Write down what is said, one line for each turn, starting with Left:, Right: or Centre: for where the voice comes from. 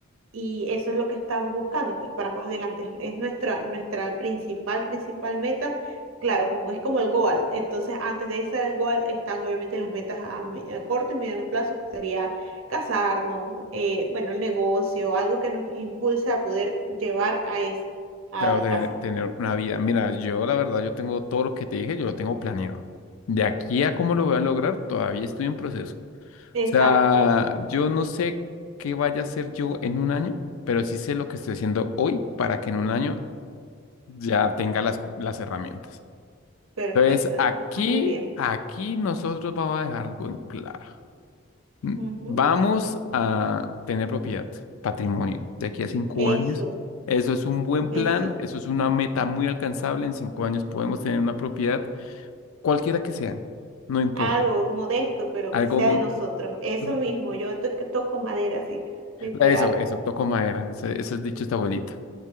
Right: Y eso es lo que estábamos buscando, pues para más adelante. Es nuestra, nuestra principal, principal meta. Claro, como es como el goal. Entonces, antes de ese goal están obviamente las metas a, me- a corto y mediano plazo, que sería casarnos, eh, bueno, el negocio, algo que nos impulse a poder llevar a eso, a
Left: Claro,
Right: la
Left: de-
Right: casa.
Left: tener una vida. Mira, yo la verdad, yo tengo todo lo que te dije, yo lo tengo planeado. De aquí a cómo lo voy a lograr, todavía estoy en proceso. O
Right: Exacto,
Left: sea, yo no sé qué vaya a hacer yo en un año, pero sí sé lo que estoy haciendo hoy para que en un año ya tenga las, las herramientas.
Right: perfecto,
Left: Entonces, aquí,
Right: está muy bien.
Left: aquí nosotros vamos a dejar algo en claro. Mm,
Right: Ujú,
Left: Vamos a tener propiedad, patrimonio, de aquí a cinco
Right: Eso,
Left: años. Eso es un buen plan,
Right: eso.
Left: eso es una meta muy alcanzable. En cinco años podemos tener una propiedad, cualquiera que sea, no importa.
Right: Algo modesto, pero
Left: Algo,
Right: que sea
Left: mo-
Right: de nosotros. Eso
Left: Ujú.
Right: mismo, yo to- que toco madera, así. Literal.
Left: Eso, eso, toco madera, ese, ese es dicho esta abuelita.